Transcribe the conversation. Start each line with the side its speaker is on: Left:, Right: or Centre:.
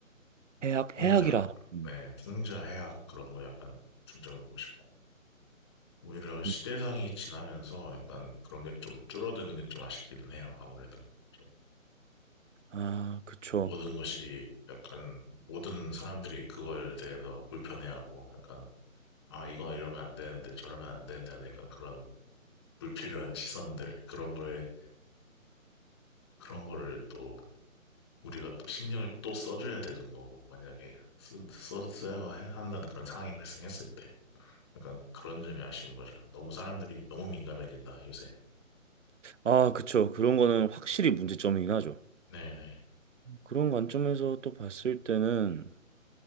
Right: 해악,
Left: 풍자,
Right: 해악이라. 음.
Left: 네, 풍자 해학 그런 거 약간 중점을 두고 싶고. 오히려 시대상이
Right: 음.
Left: 지나면서 약간 그런 게 좀 줄어드는 게 좀 아쉽기는 해요. 아무래도 좀
Right: 아, 그쵸.
Left: 모든 것이 약간 모든 사람들이 그거에 대해서 불편해하고 약간 아, 이거 이러면 안 되는데 저러면 안 되는데 하는 약간 그런 불필요한 시선들 그런 거에 그런 거를 또 우리가 또 신경을 또 써줘야 되는 거고, 만약에 쓰, 써, 써야 해- 한다는 그런 상황이 발생했을 때. 약간 그런 점이 아쉬운 거죠. 너무 사람들이 너무 민감해진다, 요새.
Right: 아, 그쵸. 그런 거는 확실히 문제점이긴 하죠.
Left: 네네.
Right: 그런 관점에서 또 봤을 때는